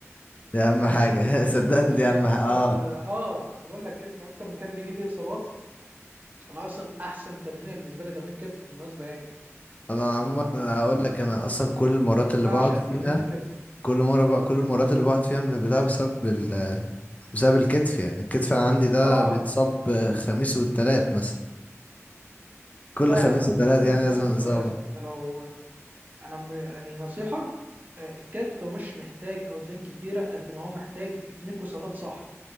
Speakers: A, on the left (about 30°); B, on the right (about 35°).
A: دي اهم
B: فاهمني
A: حاجه
B: لان
A: <laughs> صدقني
B: الكتف
A: دي
B: اكتر
A: اهم حاجه اه
B: اه انا بقول لك كتف اكتر مكان بيجي فيه اصابات انا اصلا احسن تمرين بالنسبه لي تمرين الكتف بالمناسبه يعني يعني
A: انا
B: ما-
A: عموما انا هقول
B: يعني
A: لك انا اصلا كل المرات اللي
B: بعشق
A: بقعد فيها
B: تمرين الكتف
A: كل مره بقى كل المرات اللي بقعد فيها من البتاع بسبب ال بسبب الكتف يعني الكتف عندي ده
B: اه
A: بيتصاب خميس والتلات مثلا كل
B: لا
A: خميس
B: لا لا
A: وتلات
B: لازم
A: يعني
B: نسخن
A: لازم الاصابه
B: كويس انت لو انا م- يعني نصيحة آه، الكتف مش محتاج اوزان كتيرة قد ما هو محتاج تكنيك وثبات صح